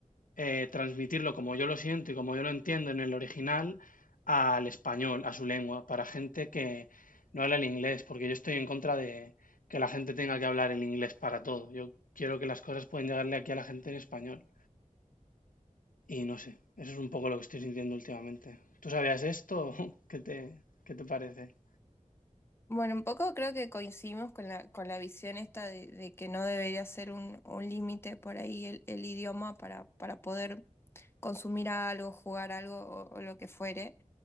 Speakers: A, on the left; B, on the left.
A: eh, transmitirlo como yo lo siento y como yo lo entiendo en el original al español, a su lengua, para gente que no habla el inglés, porque yo estoy en contra de que la gente tenga que hablar el inglés para todo. Yo quiero que las cosas puedan llegarle aquí a la gente en español. Y no sé, eso es un poco lo que estoy sintiendo últimamente. ¿Tú sabías esto? <laughs> ¿Qué te, qué te parece?
B: Bueno, un poco creo que coincidimos con la, con la visión esta de, de que no debería ser un, un límite por ahí el, el idioma para, para poder consumir algo, jugar algo o o lo que fuere.